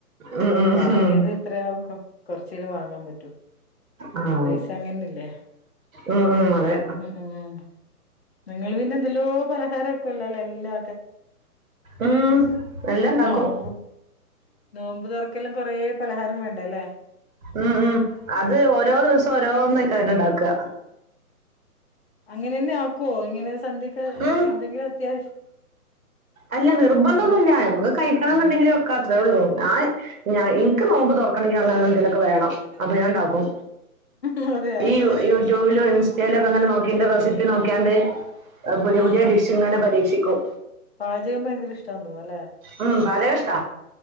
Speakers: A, on the right; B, on the left.
A: ഉം ഉം
B: വാങ്ങിയത്
A: ഉം
B: എത്രയാക്ക കൊറചേലും വാങ്ങാൻ പറ്റോ.
A: ആഹ്
B: പൈസ അങ്ങനല്ലേ
A: ഉം ഉം അതെ
B: ഉം ഉം. നിങ്ങൾ പിന്നെ എന്തേല്ലോ പലഹാരം ആക്കുല്ലലേ എല്ലാ
A: ഉം എല്ലാം ഇണ്ടാക്കും.
B: നോമ്പ് നോമ്പ് തൊറക്കെല്ലാം കൊറേ പലഹാരം വേണ്ട അല്ലേ.
A: ഉം ഉം അത് ഓരോ ദിവസം ഓരോന്നേക്കാരം ണ്ടാക്കാ.
B: അങ്ങനെന്നെ ആക്കുവോ ഇങ്ങനെ സന്ധ്യക്ക്
A: ഉം
B: എന്തെങ്കിലും അത്യാവശ്യം
A: അല്ല നിർബന്ധൊന്നുല്ല
B: ഇങ്ങനെ
A: നമുക്ക് കഴിക്കണം
B: ഉം
A: എന്നുണ്ടെങ്കില് വെക്കാ അത്രേ ഉള്ളൂ ഞൻ ഞാൻ ഇൻക്ക് നോമ്പ് തൊറക്കണങ്കി അങ്ങനെ എന്തേലൊക്കെ വേണം അപ്പൊ ഞാൻ ണ്ടാക്കും
B: ഉം അതെയാ
A: ഈ യൂട്യൂബിലും ഇൻസ്റ്റയില ഒക്കെ ങ്ങനെ നോക്കി ന്റ റെസിപ്പി നോക്കിയാണ്ട് പുതിയ
B: ഉം
A: പുതിയ ഡിഷ് ഇങ്ങനെ പരീക്ഷിക്കും.
B: പാചകം ഭയങ്കര ഇഷ്ട തോന്നുന്നല്ലെ.
A: ഉം പാചകം ഇഷ്ട.